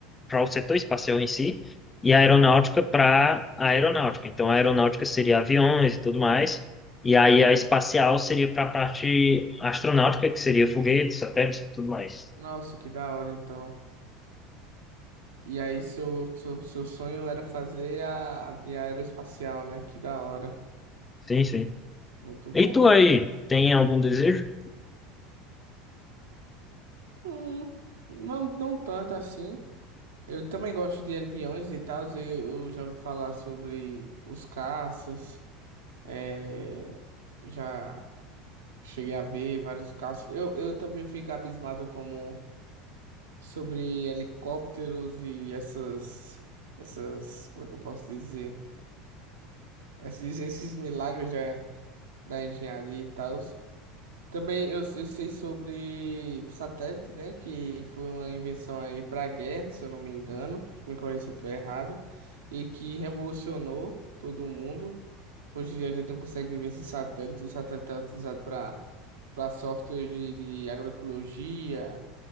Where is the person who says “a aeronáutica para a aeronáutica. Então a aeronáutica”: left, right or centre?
Left